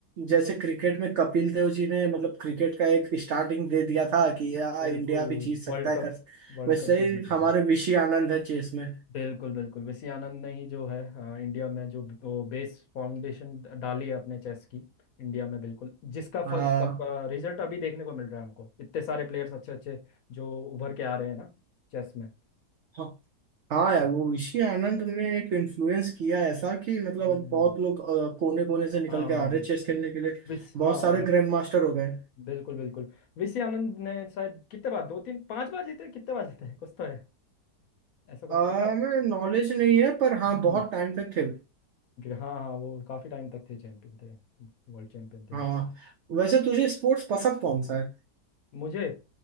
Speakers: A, on the right; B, on the left.
A: जैसे क्रिकेट में कपिल देव जी ने मतलब क्रिकेट का एक स्टार्टिंग दे दिया था कि यार
B: बिल्कुल
A: इंडिया भी जीत सकता
B: वर्ल्ड
A: है
B: कप
A: कर
B: वर्ल्ड
A: वैसे
B: कप जो
A: ही
B: जीता
A: हमारे
B: था
A: ऋषि आनंद है चेस में
B: बिल्कुल बिल्कुल वैसी आनंद ने ही जो है अ, इंडिया में जो वो बेस फाउंडेशन डाली है अपने चेस की इंडिया में बिल्कुल जिसका
A: हाँ
B: फल सब रिजल्ट अभी देखने को मिल रहा है हमको इतने सारे प्लेयर्स अच्छे अच्छे जो उभर के आ रहे हैं ना चेस में
A: हाँ हाँ यार वो ऋषि आनंद ने एक इन्फ्लुएंस किया ऐसा कि मतलब
B: हम्म,
A: अब बहुत लोग कोने कोने से निकल
B: हाँ
A: के आ रहे चेस खेलने के लिए
B: विस
A: बहुत
B: हाँ
A: सारे ग्रैंड मास्टर हो गए
B: बिल्कुल बिल्कुल विसी आनंद ने शायद कितने बार दो तीन पांच बार जीते कितने बार जीते हैं? कुछ तो है ऐसा कुछ
A: आ,
B: पता है आपको?
A: मैं नॉलेज नहीं है पर हाँ
B: हम्म
A: बहुत टाइम तक थे
B: हाँ हाँ वो काफी टाइम तक थे चैंपियन थे वर्ल्ड चैंपियन थे
A: हाँ वैसे तुझे स्पोर्ट्स पसंद कौन सा है
B: मुझे